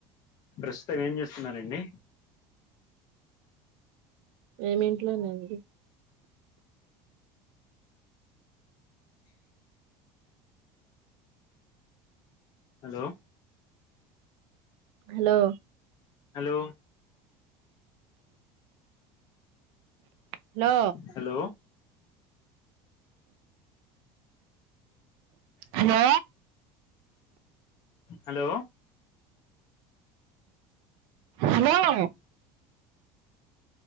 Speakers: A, on the left; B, on the right.
A: ప్రస్తుతం ఏం చేస్తున్నారండి
B: ఏమి ఇంట్లోనే అండి
A: hello
B: hello
A: hello
B: hello
A: hello
B: hello
A: hello
B: hello